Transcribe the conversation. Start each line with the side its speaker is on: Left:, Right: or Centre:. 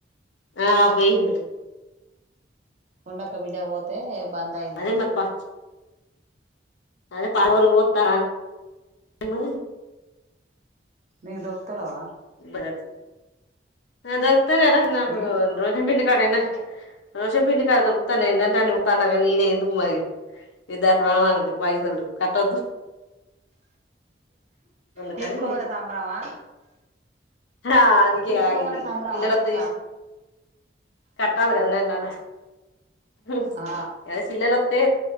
Left: ఆ పోయింది
Right: కొండక్క బిడ్డ పోతే బంద్ అయిందట
Left: అదే మరి పా అదే పాలు ఒల్లకు పోతా లూ
Right: మీకు దొరుకుతలేవా
Left: మరే నాకు దొరుకుతలేర నాకు
Right: ఉ
Left: రోజ బిన్ని కాడేనా దోస పిండి కాదు దొరతటల్ నేనే చూస్తాటే ఎందుకు మరి ఇగ దాని ప్రాణానికి పైసలు కట్టొద్దు అందుకని
Right: తీసుకోంగనే సంబరమా
Left: హా అందుకే
Right: తీసుకోంగనే
Left: ఆగింది
Right: సంబరమా
Left: పిల్లలలోతే
Right: అక్క
Left: కట్టాలి కదా నేలనేలా హ్మ్
Right: ఆ
Left: అదే పిల్లలోత్తే